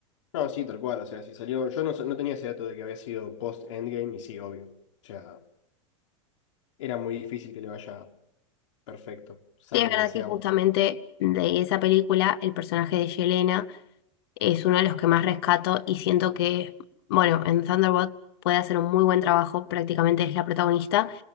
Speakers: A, on the left; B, on the left.
A: No, sí, tal cual. O sea, si salió. Yo no, sa- no tenía ese dato de que había sido post-Endgame y sí, obvio. O sea, era muy difícil que le vaya perfecto, salvo
B: sí es verdad
A: que sea
B: que justamente
A: un.
B: de esa película el personaje de Yelena es uno de los que más rescato y siento que, bueno, en Thunderbolt puede hacer un muy buen trabajo, prácticamente es la protagonista.